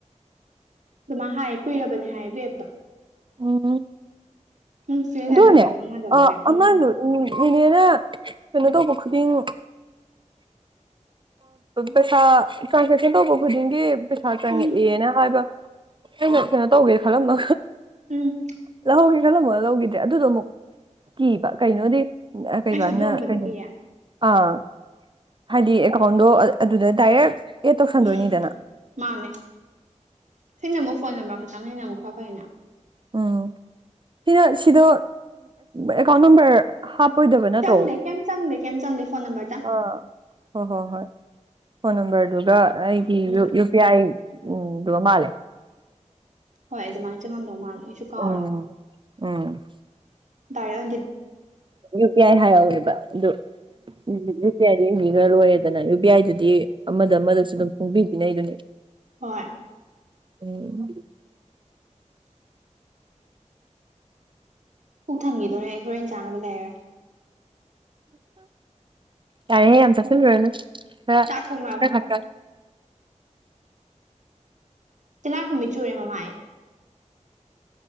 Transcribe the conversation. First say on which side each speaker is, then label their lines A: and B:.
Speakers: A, on the right; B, on the right.
A: ꯑꯗꯨꯃꯥꯏ ꯍꯥꯏ ꯀꯨꯏꯔꯕꯅꯤ ꯍꯥꯏꯌꯦ ꯑꯗꯨꯦꯛꯇꯣ
B: ꯑꯣ
A: ꯎꯝ ꯁꯤꯖꯤꯟꯅꯗꯕꯩ
B: ꯑꯗꯨꯣꯅꯦ
A: ꯈꯪꯅꯗꯕꯒꯤ
B: ꯑ ꯑꯉꯥꯡꯅ
A: ꯎꯝ
B: ꯎ ꯏꯅꯦꯅ ꯀꯩꯅꯣ ꯇꯧꯕ ꯈꯨꯗꯤꯡꯣ ꯄꯩꯁꯥ ꯇ꯭ꯔꯥꯟꯁꯦꯛꯁꯟ ꯇꯧꯕ ꯈꯨꯗꯤꯡꯒꯤ ꯄꯩꯁꯥ ꯆꯪꯉꯛꯑꯦꯅ
A: ꯎꯝ
B: ꯍꯥꯏꯕ ꯑꯩꯅ ꯀꯩꯅꯣ ꯇꯧꯒꯦ ꯈꯜꯂꯝꯗ
A: ꯎꯝ
B: ꯂꯧꯍꯧꯒꯦ ꯈꯜꯂꯝꯃꯣꯒ ꯂꯧꯈꯤꯗ꯭ꯔꯦ ꯑꯗꯨꯗꯣ ꯑꯃꯨꯛ ꯀꯤꯕ ꯀꯩꯅꯣꯗꯤ ꯀꯩꯕꯥꯅ
A: ꯑꯩꯁꯨ ꯑꯗꯨꯒꯨꯝꯕꯗꯤ
B: ꯀꯩꯅꯣ
A: ꯀꯤꯌꯦ
B: ꯑꯥ ꯍꯥꯏꯗꯤ ꯑꯦꯀꯥꯎꯟꯗꯣ ꯑꯗꯨꯗ ꯗꯥꯏꯔꯦꯛ ꯑꯦꯗ ꯇꯧꯁꯟꯗꯣꯏꯅꯤꯗꯅ
A: ꯎꯝ ꯃꯥꯅꯦ ꯁꯤꯅ ꯑꯃꯨꯛ ꯐꯣꯟ ꯅꯝꯕꯔ ꯈꯛꯇꯪꯅꯤꯅꯦ ꯑꯃꯨꯛ ꯈꯔ ꯐꯩꯅꯦ
B: ꯎꯝ ꯁꯤꯅ ꯁꯤꯗꯣ ꯑꯦꯀꯥꯎꯟ ꯅꯝꯕꯔ ꯍꯥꯞꯄꯣꯏꯗꯕ ꯅꯠꯇ꯭ꯔꯣ
A: ꯆꯪꯗꯦ ꯀꯩꯝ ꯆꯪꯗꯦ ꯀꯩꯝ ꯆꯪꯗꯦ ꯐꯣꯟ ꯅꯝꯕꯔꯇꯪ
B: ꯑꯥ ꯍꯣꯏ ꯍꯣꯏ ꯍꯣꯏ ꯐꯣꯟ ꯅꯝꯕꯔꯗꯨꯒ ꯑꯩꯒꯤ
A: ꯎꯝ
B: ꯄꯤꯌꯥꯏ ꯎꯝ ꯑꯗꯨꯒ ꯃꯥꯜꯂꯦ
A: ꯍꯣꯏ ꯑꯗꯨꯃꯥꯏꯅ ꯆꯪꯉꯝꯗꯧ ꯃꯥꯜꯂꯦ ꯑꯩꯁꯨ ꯀꯥꯎꯔꯦ
B: ꯎꯝ ꯎꯝ
A: ꯗꯥꯔ
B: ꯌꯨ ꯄꯤ ꯑꯥꯏ ꯍꯥꯏꯔꯧꯋꯦꯕ ꯑꯗꯨ ꯎꯝ ꯎ ꯌ ꯄꯤ ꯑꯥꯏꯗꯨ ꯏꯡꯕꯤꯈ꯭ꯔ ꯂꯣꯏꯔꯦꯗꯅ ꯌꯨ ꯄꯤ ꯑꯥꯏꯗꯨꯗꯤ ꯑꯃꯗ ꯑꯃꯗꯁꯨ ꯑꯗꯨꯝ ꯐꯣꯡꯕꯤꯅꯩꯗꯨꯅꯤ
A: ꯍꯣꯏ
B: ꯎ
A: ꯎ ꯊꯪꯈꯤꯗꯣꯔꯦ ꯑꯩ ꯍꯣꯔꯦꯟ ꯆꯥꯅꯕ ꯂꯩꯔꯥ
B: ꯌꯥꯔꯦ ꯌꯥꯝ
A: ꯂꯩꯔꯒ
B: ꯆꯁ ꯔꯅ ꯈꯔ
A: ꯆꯥꯛ ꯈꯪꯂꯛꯑꯕ ꯃꯐꯝ
B: ꯈ ꯈ
A: ꯇꯤꯅꯥꯥꯛꯀꯨꯝꯃꯤ ꯆꯨꯔꯦ ꯃꯃꯥꯏ